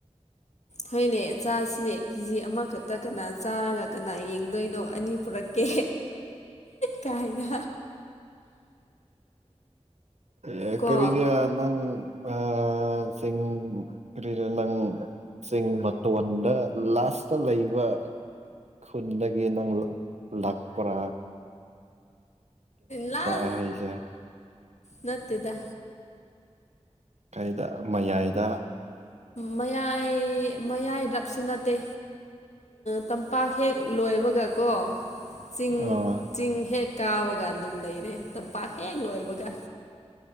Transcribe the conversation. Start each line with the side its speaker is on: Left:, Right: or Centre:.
Left: ꯍꯣꯏꯅꯦ ꯑꯆꯥꯁꯤꯅꯦ ꯀꯦꯖꯤ ꯑꯃꯈꯛꯇ ꯀꯅꯥ ꯆꯥꯔꯒ ꯀꯅꯥ ꯌꯦꯡꯗꯣꯏꯅꯣ ꯑꯅꯤ ꯄꯨꯔꯛꯀꯦ
Right: <unintelligible>
Left: ꯀꯥꯏꯅ
Right: ꯑꯦ
Left: ꯀꯣ
Right: ꯀꯔꯤꯒꯤꫪ ꯅꯪ ꯑ ꯆꯤꯡ ꯀꫪꯤꫪ‌‌ ꯅꯪ ꯆꯤꯡ ꯃꯇꫭꯟꯗꯥ ꯂꯥꯁꯇ ꯂꯩꯕ ꯈꯨꯟꯗꯒꯤ ꯅꯪ ꯂꯥꯛꯄꯔꯥ
Left: ꯂꯥꯜ
Right: ꯑꯩ ꯍꯥꯏꯁꯦ
Left: ꯅꯠꯇꯦꯗꯥ
Right: ꯀꯩꯗ ꯃꯌꯥꯏꯗ
Left: ꯃꯌꯥꯏ ꯃꯌꯥꯏꯔꯞꯁꯨ ꯅꯠꯇꯦ ꯇꯝꯄꯥꯛ ꯍꯦꯛ ꯂꯣꯏꯕꯒ ꯀꯣ ꯆꯤꯡ
Right: ꯑꯥ
Left: ꯆꯤꯡ ꯍꯦꯛ ꯀꯥꯕꯒ ꯑꯗꯨꯝ ꯂꯩꯔꯦ ꯇꯝꯄꯥꯛ ꯍꯦꯛ ꯂꯣꯏꯕꯒ